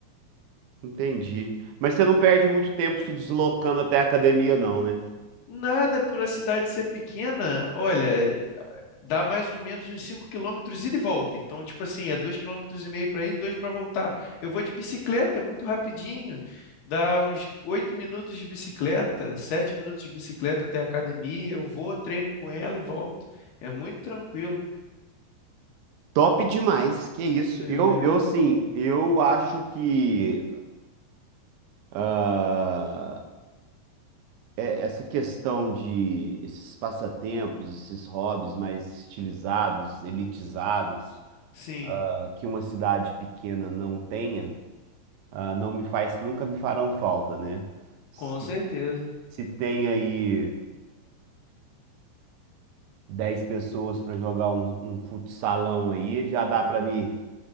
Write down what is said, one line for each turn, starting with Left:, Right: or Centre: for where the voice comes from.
Right: Entendi. Mas você não perde muito tempo se deslocando até a academia, não, né?
Left: Nada por a cidade ser pequena, olha, dá mais ou menos uns 5 quilômetros ida e volta. Então, tipo assim, é dois quilômetros e meio para ir, 2 para voltar. Eu vou de bicicleta, é muito rapidinho. Dá uns 8 minutos de bicicleta, 7 minutos de bicicleta até a academia. Eu vou, treino com ela e volto. É muito tranquilo.
Right: Top demais, que isso.
Left: É,
Right: Eu, eu sim, eu acho que ah, é- essa questão de esses passatempos, esses hobbies mais estilizados, elitizados,
Left: sim,
Right: ah, que uma cidade pequena não tenha, ah, não me faz, nunca me farão falta, né? Se,
Left: com certeza.
Right: se tem aí 10 pessoas para jogar um, um futsalão aí, já dá para me